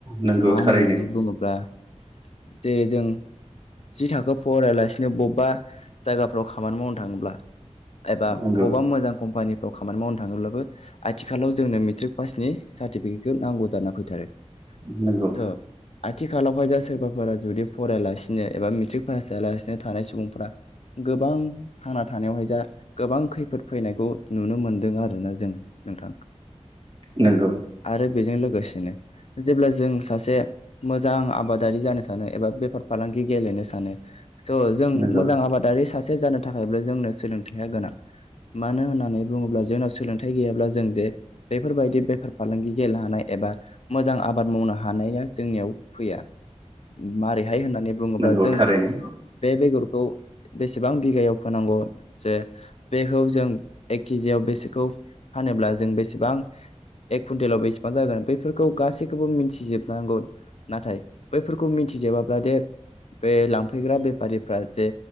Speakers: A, on the right; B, on the left.
A: नोंगौ
B: मानो
A: थारैनो
B: होननानै बुङोब्ला जे जों जि थाखो फरायालासिनो बबेबा जायगाफ्राव खामानि मावनो थाङोब्ला एबा
A: नोंगौ
B: बबेबा मोजां कम्पानि फोराव खामानि मावनो थाङोब्लाबो आथिखालाव जोंनो मेट्रिक पासनि सार्टिफिकेटखौ नांगौ जाना फैथारो
A: नोंगौ
B: थ' आथिखालावहाय जा सोरबाफोरा जुदि फरायालासिनो एबा मेट्रिक पास जायालासिनो थानाय सुबुंफोरा गोबां थांना थानायावहाय जा गोबां खैफोद फैनायखौ नुनो मोनदों आरोना जों नोंथां।
A: नोंगौ
B: आरो बेजों लोगोसेनो जेब्ला जों सासे मोजां आबादारि जानो सानो एबा बेफार फालांगि गेलेनो सानो स' जों
A: नोंगौ
B: मोजां आबादारि सासे जानो थाखायबो जोंनो सोलोंथाइया गोनां मानो होनना नै बुङोब्ला जोंनाव सोलोंथाइ गैयाब्ला जों जे बेफोरबायदि बेफार फालांगि गेलेनो हानाय एबा मोजां आबाद मावनो हानाया जोंनियाव फैया मारै हाय होननानै बुङोब्ला
A: नोंगौ
B: जों
A: थारैनो
B: बे बेगरखौ बे सेबां बिघायाव फोनांगौ जे बेखौ जों एक केजियाव बेसोरखौ फानोब्ला जों बेसेबां एक कुन्टेलाव बेसेबां जागोन बेफोरखौ गासैखौबो मिन्थिजोबनांगौ नाथाय बैफोरखौ मिथिजोबाब्ला दे बे लांफैग्रा बे फारिफ्रा जे